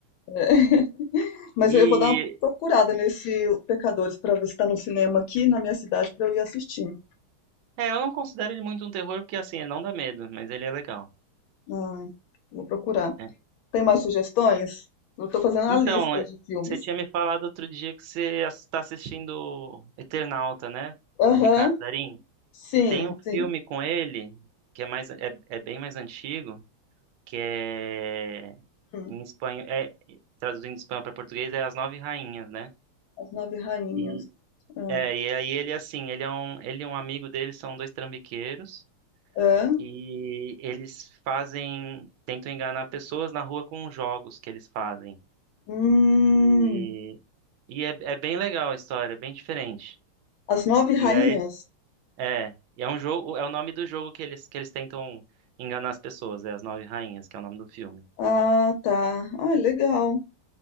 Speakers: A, on the left (about 75°); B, on the right (about 75°).
A: É. <laughs> Mas
B: E,
A: eu vou dar uma procurada nesse Pecadores pra ver se tá no cinema aqui na minha cidade pra eu ir assistir.
B: é, eu não considero ele muito um terror, porque, assim, ele não dá medo, mas ele é legal.
A: Ah, vou procurar.
B: É.
A: Tem mais sugestões? Eu tô fazendo
B: Então,
A: a lista
B: é,
A: de filmes.
B: você tinha me falado outro dia que você está assistindo Eternauta, né?
A: Aham,
B: Com O Ricardo Darín.
A: sim,
B: Tem um
A: sim.
B: filme com ele, que é mais, é, é bem mais antigo. que é
A: Hum,
B: em espanhol, é, traduzindo de espanhol para português, é As Nove Rainhas, né?
A: As Nove Rainhas.
B: E,
A: Ah,
B: é, e aí ele, assim, ele é um, ele e um amigo dele são dois trambiqueiros
A: ah,
B: e eles fazem, tentam enganar pessoas na rua com jogos que eles fazem.
A: hum,
B: E, e é, é bem legal a história, é bem diferente.
A: As Nove
B: E
A: Rainhas?
B: aí, é, e é um jogo, é o nome do jogo que eles, que eles tentam enganar as pessoas, é As Nove Rainhas, que é o nome do filme.
A: Ah, tá. Ah, legal.